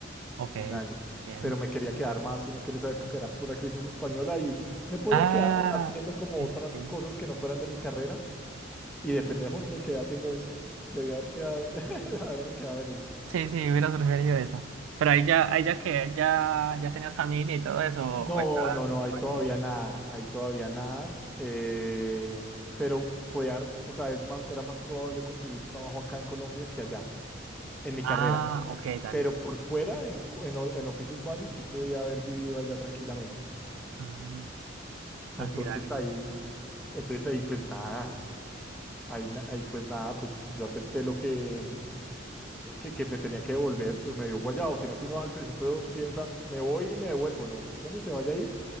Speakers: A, on the right (about 85°); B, in the centre.
A: Ok,
B: Un año.
A: bien.
B: Pero me quería quedar más, sino que en esa época era pura crisis española y me podía
A: Ah,
B: quedar haciendo como
A: sí,
B: otras
A: sí, sí.
B: cosas que no fueran de mi carrera. Y de pendejo no me quedé haciendo eso. Debí haber quedado, <laughs> haberme quedado en eso.
A: Sí, sí, hubiera preferido esa. Pero ahí ya, ahí ya que ya, ya tenías familia y todo eso,
B: No,
A: o estabas
B: no, no, hay
A: Juanchito.
B: todavía nada, hay todavía nada. eh, pero podía, o sea, es más, era más probable conseguir trabajo acá en Colombia que allá, en mi
A: Ah,
B: carrera.
A: ok, dale.
B: Pero por fuera, en, cu- en o- en oficios varios, sí podía haber vivido allá tranquilamente.
A: Mm, así,
B: Entonces
A: dale.
B: ahí, entonces ahí, pues nada. Ahí, na- ahí pues nada, pues yo acepté lo que, que, que me tenía que devolver, pues me dio guayado, sino que uno al principio piensa, me voy y me devuelvo, no, usted cuando se vaya a ir,